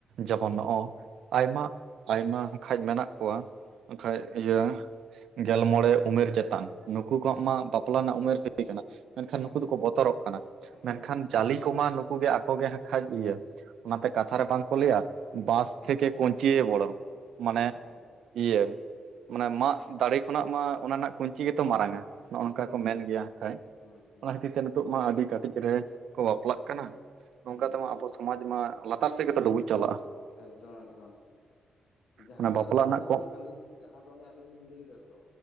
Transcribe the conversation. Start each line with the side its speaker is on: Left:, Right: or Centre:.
Right: ᱡᱮᱢᱚᱱ
Left: ᱦᱳᱭ
Right: ᱱᱚᱜ-ᱚ ᱟᱭᱢᱟ, ᱟᱭᱢᱟ ᱦᱚᱸ ᱠᱷᱟᱡ ᱢᱮᱱᱟᱜ ᱠᱚᱣᱟ ᱵᱟᱠᱷᱟᱡ ᱤᱭᱟᱹ ᱜᱮᱞ ᱢᱚᱬᱮ ᱩᱢᱮᱨ ᱪᱮᱛᱟᱱ ᱱᱩᱠᱩ ᱠᱚᱣᱟᱜ ᱢᱟ ᱵᱟᱯᱞᱟ ᱨᱮᱱᱟᱜ ᱩᱢᱮᱨ ᱦᱩᱭ ᱠᱟᱱᱟ, ᱢᱮᱱᱠᱷᱟᱱ
Left: ᱦᱮᱸ
Right: ᱱᱩᱠᱩ
Left: ᱦᱮᱸ
Right: ᱫᱚᱠᱚ ᱵᱚᱛᱚᱨᱚᱜ ᱠᱟᱱᱟ, ᱢᱮᱱᱠᱷᱟᱱ
Left: ᱦᱳᱭ
Right: ᱡᱟᱞᱤ ᱠᱚᱢᱟ ᱱᱩᱠᱩ ᱜᱮ ᱟᱠᱚ ᱜᱮ ᱦᱟᱸᱜ ᱠᱷᱟᱡ ᱤᱭᱟᱹ, ᱚᱱᱟᱛᱮ ᱠᱟᱛᱷᱟ ᱨᱮ ᱵᱟᱝ ᱠᱚ ᱞᱟᱹᱭᱟ, ᱵᱟᱥ ᱛᱷᱮᱠᱮ ᱠᱩᱧᱪᱤᱭᱮ ᱵᱚᱲᱚ, ᱢᱟᱱᱮ
Left: ᱮᱠᱫᱚᱢ
Right: ᱤᱭᱟᱹ, ᱢᱟᱱᱮ ᱢᱟᱜ ᱫᱟᱲᱮ ᱠᱷᱚᱱᱟᱜ ᱢᱟ ᱚᱱᱟ ᱨᱮᱱᱟᱜ ᱠᱩᱧᱪᱤ ᱜᱮᱛᱚ ᱢᱟᱨᱟᱝᱟ᱾ ᱱᱚᱜ-ᱚ ᱱᱚᱝᱠᱟ
Left: ᱦᱩᱸ
Right: ᱠᱚ
Left: ᱦᱩᱸ
Right: ᱢᱮᱱ ᱜᱮᱭᱟ ᱠᱷᱟᱡ,
Left: ᱦᱩᱸ ᱦᱩᱸ ᱦᱩᱸ
Right: ᱚᱱᱟ ᱠᱷᱟᱹᱛᱤᱨ ᱛᱮ ᱱᱤᱛᱚᱜ ᱢᱟ ᱟᱹᱰᱤ ᱠᱟᱹᱴᱤᱡ ᱨᱮ ᱠᱚ ᱵᱟᱯᱞᱟᱜ ᱠᱟᱱᱟ᱾ ᱱᱚᱝᱠᱟ
Left: ᱦᱩᱸ
Right: ᱛᱮᱢᱟ ᱟᱵᱚ ᱥᱚᱢᱟᱡᱽᱢᱟ ᱞᱟᱛᱟᱨ ᱥᱮᱜ ᱜᱮᱛᱚ ᱰᱩᱵᱩᱡ ᱪᱟᱞᱟᱜ-ᱟ᱾
Left: ᱮᱠᱫᱚᱢ ᱮᱠᱫᱚᱢ᱾ ᱡᱟᱦᱟᱸ
Right: ᱚᱱᱟ
Left: ᱫᱚ
Right: ᱵᱟᱯᱞᱟ
Left: ᱟᱹᱞᱤᱧ
Right: ᱨᱮᱱᱟᱜ
Left: ᱚᱱᱮ
Right: ᱠᱚ
Left: ᱫᱚᱞᱤᱧ ᱟᱹᱞᱤᱧ ᱡᱟᱦᱟᱸ, ᱫᱚ ᱚᱱᱮ ᱟᱹᱞᱤᱧ ᱞᱤᱧ ᱞᱟᱹᱭ ᱠᱮᱫᱟ ᱛᱚ᱾